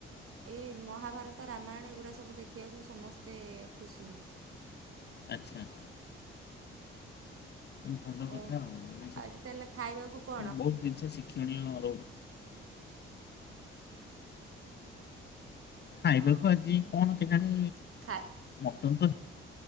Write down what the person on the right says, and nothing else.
ଏଇ ମହାଭାରତ, ରାମାୟଣ ଏଗୁଡ଼ା ସବୁ ଦେଖିବାକୁ ସମସ୍ତେ ଖୁସି ହୁଅନ୍ତି।
ଓ
ଆଜି ତାହେଲେ ଖାଇବାକୁ କଣ?
ହଁ
ଖାଇ